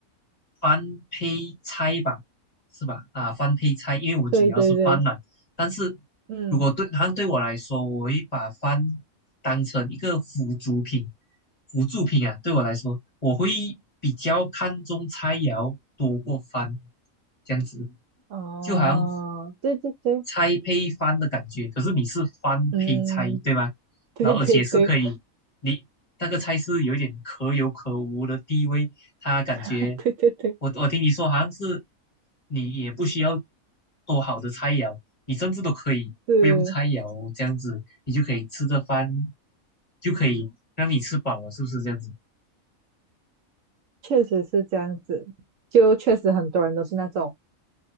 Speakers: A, on the left; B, on the right.
A: 翻配菜吧，是吧？啊，翻配菜，因为我主要是翻嘛。
B: 对对对，
A: 但是
B: 嗯。
A: 如果对它对我来说，我会把翻当成一个辅助品，辅助品啊，对我来说，我会比较看重菜肴多过翻，这样子。
B: 哦，
A: 就好像
B: 对对对，
A: 拆配饭的感觉，可是你是饭配菜，
B: 嗯，
A: 对吗？
B: 对对对，
A: 然后而且是可以，你那个菜是有一点可有可无的地位，他感觉
B: <laughs> 对对对，
A: 我我听你说好像是你也不需要多好的菜肴，你甚至都可以不用菜肴这样子，
B: 是，
A: 你就可以吃着饭就可以让你吃饱了，是不是这样子？
B: 确实是这样子，就确实很多人都是那种。